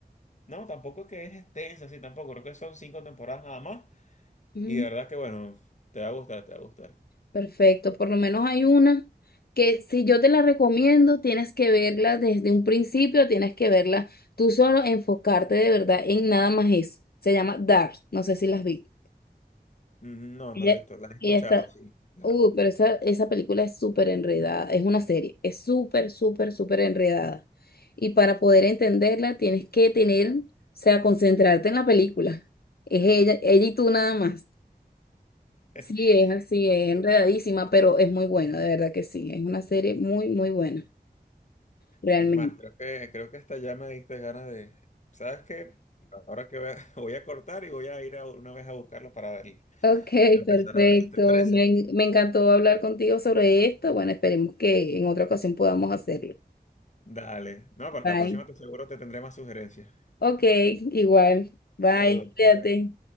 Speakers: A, on the left (about 45°); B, on the left (about 65°).
A: no, tampoco que es extensa, sí, tampoco, creo que son cinco temporadas nada más
B: dime.
A: y de verdad que, bueno, te va a gustar, te va a gustar.
B: Perfecto, por lo menos hay una que si yo te la recomiendo, tienes que verla desde un principio, tienes que verla tú solo, enfocarte de verdad en nada más eso. Se llama Dark, no sé si las vi.
A: No,
B: Ella,
A: no la he visto, la he escuchado,
B: ella está,
A: sí, claro.
B: uh, pero esa, esa película es súper enredada, es una serie, es súper, súper, súper enredada. Y para poder entenderla, tienes que tener, o sea, concentrarte en la película. Es ella, ella y tú nada más.
A: <laughs>
B: Sí, es así, es enredadísima, pero es muy buena, de verdad que sí. Es una serie muy, muy buena, realmente.
A: Es más, creo que, creo que hasta ya me diste ganas de... ¿Sabes qué? Ahora que voy a, <laughs> voy a cortar y voy a ir a- una vez a buscarlo para verlo,
B: Ok,
A: para empezar
B: perfecto.
A: a verlo. ¿Te parece?
B: Me, en- me encantó hablar contigo sobre esto. Bueno, esperemos que en otra ocasión podamos hacerlo.
A: Dale. No, para
B: Bye.
A: la próxima te seguro te tendré más sugerencias.
B: Ok, igual. Bye,
A: Saludos.
B: cuídate.
A: pues.